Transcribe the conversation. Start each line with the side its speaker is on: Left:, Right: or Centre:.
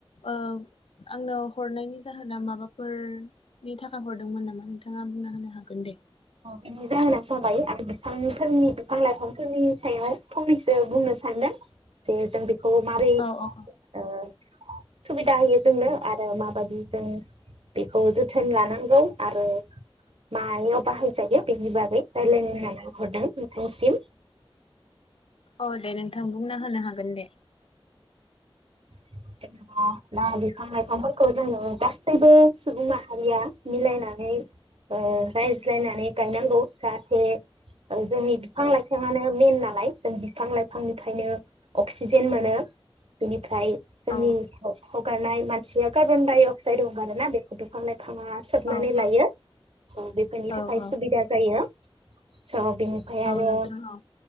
Left: ओं आंनो हरनायनि जाहोना माबाफोरनि थाखाय हरदोंमोन नामा नों नोंथाङा बुंना होनो हागोन दे।
Right: औ बिनि जाहोना जाबाय आं बिफांफोरनि बिफां लाइफांफोरनि सायाव फंनैसो बुंनो सानदों। जे जों बि खौ मारै
Left: औ औ औ
Right: ओ सुबिदा होयो जोंनो आरो माबायदि जों बेखौ जोथोन लानांगौ आरो मायाव बाहायजायो बेनि बागै रायलायनो होननानै हरदों नोंथांनिसिम।
Left: औ दे नोंथां बुंना होनो हा गोन दे
Right: <unintelligible> अ लामा बिफां लाइफांफोर खौ जोङो गासैबो सुबुं माहारिया मिलायनानै ओ रायज्लायनानै गायनांगौ जाहाथे जोंनि बिफां लाइफाङानो मेन नालाय जों बिफां लाइफांनिफ्रायनो- अक्सिजेन मोनो बिनि फ्राय जोंनि
Left: औ
Right: हब हब ओंखारनाय मानसिया कार्बन डाइअक्साइड हंगारो ना आरो बेखौ बिफां लाइ बिफाङा सोबनानै
Left: औ
Right: लायो बेफोरनि
Left: औ
Right: थाखाय
Left: औ
Right: सुबिदा जायो। स' बिनिफ्राय आरो
Left: औ नोंथां औ